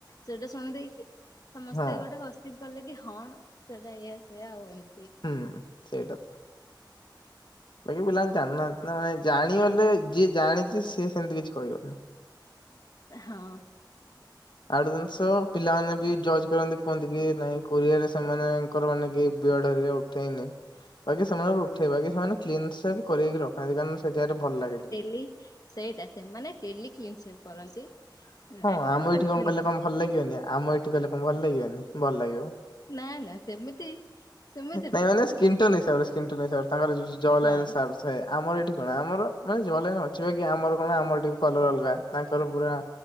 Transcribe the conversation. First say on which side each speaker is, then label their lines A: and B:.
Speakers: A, on the left; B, on the left.
A: ସେଟା ଶୁଣିଦେଇକି ସମସ୍ତେ
B: ହଁ
A: ଗୋଟେ ବ ସେ କଲେ କି ହଁ ନା ସେଇଟା ଏଆ ସେଆ ଆଉ ଏମ
B: ହୁଁ ସେଇଟା ତ। ବାକି ପିଲାମାନେ ଜାଣିନାହାନ୍ତି ନା ମାନେ ଜାଣିଗଲେ ଯିଏ ଜାଣିଛି ସିଏ ସେମିତି କିଛି କହିବନି।
A: ହଁ।
B: ଆଉ ଗୋଟେ ଜିନିଷ ପିଲାମାନେ ବି ଜଜ୍ କରନ୍ତି କୁହନ୍ତି କି ନାଇଁ କୋରିଆରେ ସେମାନେଙ୍କର ମାନେ କି ବ୍ରଡ ଅରିକା ଓ ଉଠେଇନି ବାକି ସେମାନଙ୍କ ଉଠେଇ ବାକି ସେମାନେ କ୍ଲିନ୍‌ ସଟ୍ କରକି ରଖାନ୍ତି କାରଣ ସେ ଜାଗାରେ ଭଲ ଲାଗେ ଟିକେ।
A: ଇଛି। ସେଇଟା ସେମାନେ ଟେଲି କ୍ଲିନ୍ ସେପ୍ କରନ୍ତି। ନା
B: ହଁ
A: କି
B: ଆମ
A: ତାଙ୍କର
B: ଏଇଠି
A: ଉଠେନି
B: କଣ କଲେ କଣ ଭଲ ଲାଗିବନି ଆମ ଏଇଠି କଲେ କଣ ଭଲ ଲାଗିବନି ଭଲ ଲାଗିବ।
A: ନା ନା ସେମିତି ସେମିତି
B: ନାଇଁ
A: ନୁହଁ
B: ମାନେ ସ୍କିନି ଟନ୍‌ ହିସାବରେ ସ୍କିନ୍‌ ଟନ୍‌ ହିସାବରେ ତାଙ୍କର ଯ
A: ହଁ
B: ଲାଇନ୍‌ ସାବସ୍ତ ସେଆ ଆମର ଏଠି କଣ ଆମର ମାନେ ଜଲାଇନ୍ ଅଛିି ବାକି ଆମର କଣ ଆମର ଟିକେ କଲର ଅଲଗା ତାଙ୍କର ପୁରା